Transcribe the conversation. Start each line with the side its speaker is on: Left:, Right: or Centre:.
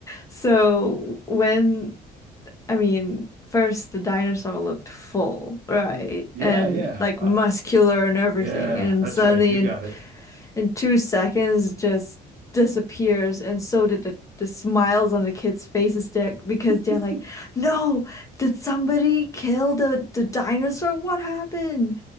Left: So when, I mean, first the dinosaur looked full, right?
Right: Yeah,
Left: And
Right: yeah.
Left: like
Right: Uh,
Left: muscular and everything.
Right: Yeah,
Left: And
Right: that's
Left: suddenly
Right: right. You
Left: it
Right: got it.
Left: in two seconds just disappears and so did the, the smiles on the kids' faces there because
Right: <laughs>
Left: they're like, No, did somebody kill the, the dinosaur? What happened?